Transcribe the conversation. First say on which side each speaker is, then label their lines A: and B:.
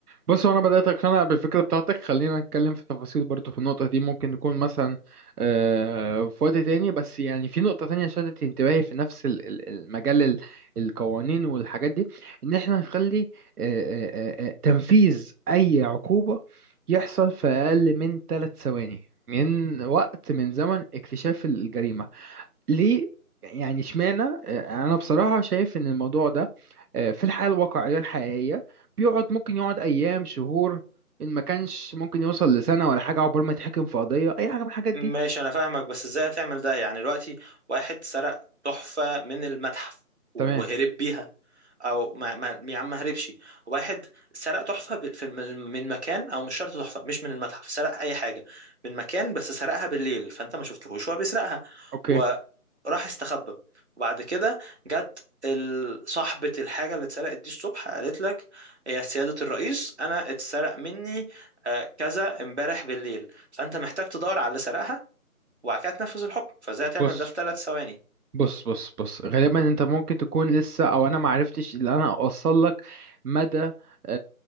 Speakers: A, on the right; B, on the right.
A: بص هو انا بدات اقتنع بالفكره بتاعتك خلينا نتكلم في تفاصيل برضو في النقطه دي ممكن نكون مثلا آه، في وقت تاني بس يعني في نقطه تانية شدت انتباهي في نفس ال- ال- المجال ال- القوانين والحاجات دي ان احنا نخلي آه، آه، آه، آه، تنفيذ اي عقوبه يحصل في اقل من ثلاث ثواني من وقت من زمن اكتشاف الجريمه ليه يعني اشمعنى آه، انا بصراحه شايف ان الموضوع ده آه، في الحياه الواقعيه الحقيقيه بيقعد ممكن يقعد ايام شهور ان ما كانش ممكن يوصل لسنه ولا حاجه عقبال ما يتحكم في قضيه اي حاجه من الحاجات
B: ماشي
A: دي
B: انا فاهمك بس ازاي هتعمل ده يعني دلوقتي واحد سرق تحفة من المتحف وهرب
A: تمام
B: بيها او ما ما يا عم ما هربش واحد سرق تحفة ب- في- من من مكان او مش شرط تحفة مش من المتحف سرق اي حاجة من مكان بس سرقها بالليل فانت ما شفتهوش وهو بيسرقها
A: اوكي
B: وراح استخبى وبعد كده جت ال- صاحبة الحاجة اللي اتسرقت دي الصبح قالت لك يا سيادة الرئيس أنا اتسرق مني آه، كذا امبارح بالليل فانت محتاج تدور على اللي سرقها وبعد كده تنفذ الحكم فازاي هتعمل
A: بص
B: ده في ثلاث ثواني
A: بص بص بص غالبا انت ممكن تكون لسه او انا ما عرفتش اللي انا اوصل لك مدى آه، آه،